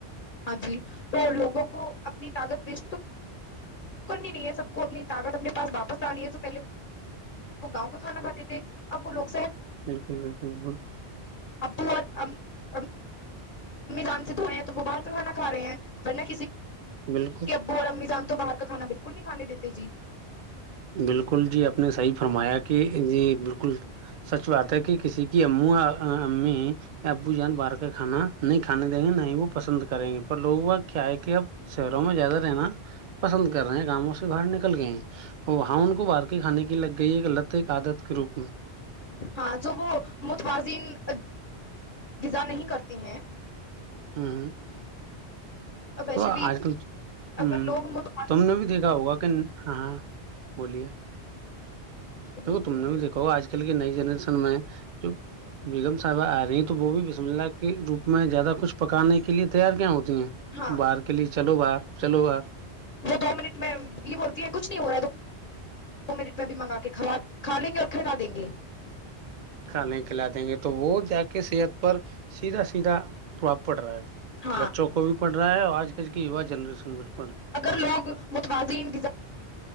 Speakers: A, on the left; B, on the right.
A: ہاں جی تو لوگوں کو اپنی طاقت ویسٹ تو کرنی نہیں ہے سب کو اپنی طاقت اپنے پاس واپس آنی ہے تو پہلے وہ گاؤں کا کھانا کھاتے تھے آپ ل
B: بالکل بالکل بالکل
A: اب <unintelligible> امی جان سے دھوئے ہیں تو وہ باہر کا کھانا کھ رہے ہیں ورنہ کسی
B: بالکل
A: کہبو ر امی سان <unintelligible> تو باہر کا کھانا بالکل نہیں کانے دیتے جی
B: بالکل جی آپ نے صی فرمایا کہ ج بالکل سچ بات ہے کہ کسی کی امو امی یا ابو جان باہر کا کھانا نہیں کھانے دیں گے نہ ہی وہ پسند کریں گے پر لوگ وہ کیا ہے کہ اب شہروں میں زیادہ رہنا پسند کر رہے گاؤوں سے باہر نکل گئے وہ ہاں ان کو بارکی کھانے کی لگ گئی ہے ایک لط ایک آدت کے روپ میں
A: ہاں جو وہ متوازن انتظا نہیں کرتے ہیں
B: ہوں ہاں
A: اور ویسے
B: تو
A: بھی
B: آج کل ہ
A: اگر لوگ متوازن
B: تم نے بھی دیکھا ہوگا کہ ہاں ہاں بولیے
A: بولیے
B: دیکھو
A: بولیے
B: تم
A: آپ
B: نے بھی دھاو آج کل کی نئی جنرشن میں جو بیگم صاحبہ آ رہی ہیں تو وہ بھی بسملہ کے روپ میں زیادہ کچھ پکانے کے لیے تیار کیا ہوتی ہیں
A: بولیے ہاں
B: باہر کے لیے چلو باہر چلو باہر
A: وہ دو منٹ میں یہ بولتی ہیں کچھ نہیں ہو رہا تو دو منٹ میں بھی منگا کے کھا لیں گے اور کھلاا دیں گے
B: کھانے کھلا دیں گے تو وہ جا کے صحت پر سیدھا سیدھا پربھاب پڑ رہا ہے
A: ہاں
B: بچوں کو بھی پڑھا رہا آج کل کییو جنریشن بڑ
A: اگر لوگ متوازن